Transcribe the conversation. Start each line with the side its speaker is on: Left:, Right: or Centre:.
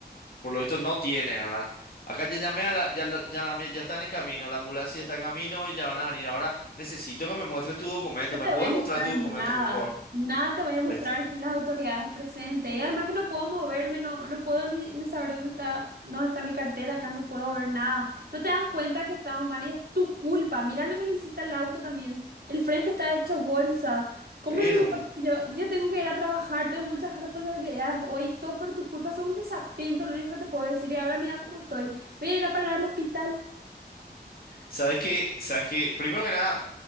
Left: por lo visto no tiene, ¿verdad? Acá ya llamé a la, ya, la- ya, llamé- ya están en camino, la ambulancia está en camino y ya van a venir. Ahora necesito que me muestres tu documento.
Right: No
Left: ¿Me
Right: te
Left: puedes
Right: voy a mostrar
Left: mostrar tu documento,
Right: nada,
Left: por favor?
Right: nada te voy a mostrar
Left: Ahí está.
Right: sin las autoridades presentes. Y además que no puedo moverme, no, no puedo ni, ni saber dónde está, dónde está mi cartera, acá no puedo ver nada. No te das cuenta que estamos mal y es tu culpa. Mira lo que le hiciste al auto también. El frente está hecho bolsa. ¿Cómo
Left: Pero
Right: se supone
Left: un-
Right: que yo, yo tengo que ir a trabajar? Tengo muchas responsabilidades hoy, todo por tu culpa. Soy un desatento, lo único que te puedo decir. Y ahora mira cómo estoy. Voy a ir a parar al hospital.
Left: ¿Sabes qué? ¿Sabes qué? Primero que nada,